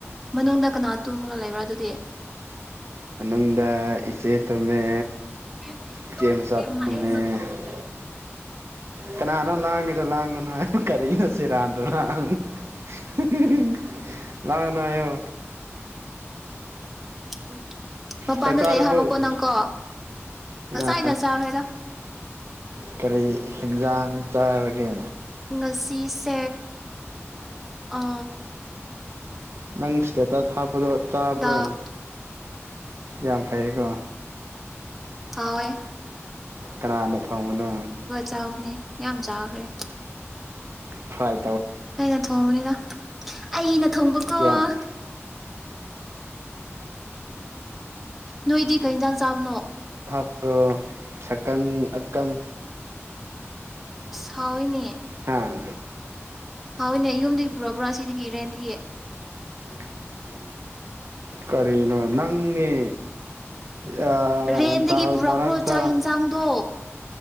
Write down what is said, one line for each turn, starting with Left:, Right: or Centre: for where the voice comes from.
Centre: ꯃꯅꯨꯡꯗ ꯀꯅꯥꯇꯨꯝ‌ ꯃꯒ ꯂꯩꯕ꯭ꯔꯥ ꯑꯗꯨꯗꯤ
Right: ꯃꯅꯨꯡꯗ ꯏꯆꯦ ꯇꯨꯝꯃꯦ
Centre: ꯍꯦ
Right: ꯆꯦ
Centre: ꯂꯋꯥꯏ
Right: ꯃꯆꯥ
Centre: ꯅꯨꯄꯤ ꯑꯃ
Right: ꯇꯨꯝꯃꯦ
Centre: ꯑ ꯑꯩꯁꯨ <unintelligible>
Right: ꯀꯅꯥꯅꯣ ꯂꯥꯡꯉꯤꯗꯣ ꯂꯥꯡꯒꯅꯣ ꯍꯥꯏꯌꫭ ꯀꯔꯤꯅꯣ ꯁꯦꯔꯥꯟꯗꯨꯔꯥꯟ ꯍꯤ ꯍꯤ ꯍꯤ ꯂꯥꯡꯒꯅꫭ ꯍꯥꯌꯣ
Centre: ꯑꯗꯨ ꯃꯄꯥꯟꯗ
Right: ꯆꯥꯛ ꯆꯥꯔꯕꯣ
Centre: ꯂꯩ ꯍꯥꯏꯕꯀꯣ ꯅꯪꯀꯣ ꯉꯁꯥꯏꯅ
Right: ꯑ
Centre: ꯆꯥꯈ꯭ꯔꯦꯗ
Right: ꯀꯔꯤ ꯍꯤꯟꯖꯥꯡ ꯆꯥꯔꯒꯦ
Centre: ꯉꯁꯤꯁꯦ ꯑ
Right: ꯅꯪ ꯁꯇꯦꯇꯁ ꯍꯥꯞꯄꯗꯣ ꯆꯥꯕ꯭ꯔꯣ
Centre: ꯗꯥꯛ
Right: ꯌꯥꯝ ꯐꯩꯑꯦꯀꯣ
Centre: ꯍꯥꯎꯑꯦ
Right: ꯀꯅꯥꯅ ꯊꫭꯡꯕꯅꯣ
Centre: ꯆꯥꯕꯅꯦ ꯌꯥꯝ ꯆꯥꯈ꯭ꯔꯦ
Right: ꯐꯔꯥꯏ
Centre: ꯑꯩꯩꯅ ꯊꯣꯡꯕꯅꯤꯗ ꯑꯩꯩꯅ ꯊꫭꯡꯕꯀꫭ
Right: ꯌꯥꯝ
Centre: ꯅꯣꯏꯗꯤ ꯀꯩꯖꯥꯡ ꯆꯥꯕꯅꯣ꯫
Right: <unintelligible> ꯁꯀꯪ ꯑꯀꯪ꯫
Centre: ꯁꯥꯑꯣꯋꯤꯅꯦ꯫
Right: ꯍꯥꯥ꯫
Centre: ꯍꯥꯎꯋꯤꯅꯦ꯫ ꯌꯨꯝꯗꯒꯤ ꯄꯨꯔꯛꯄ꯭ꯔꯥ ꯁꯤꯗꯒꯤ ꯔꯦꯟꯗꯒꯤ꯫
Right: <unintelligible> ꯀꯔꯤꯅꯣ ꯅꯪꯅꯦ꯫ ꯑ
Centre: ꯔꯦꯟꯗꯒꯤ
Right: ꯗꯥꯜ
Centre: ꯄꯨꯔꯛꯄ꯭ꯔꯣ
Right: ꯃꯔꯛꯇ
Centre: ꯆꯥꯛ ꯏꯟꯖꯥꯡꯗꯣ꯫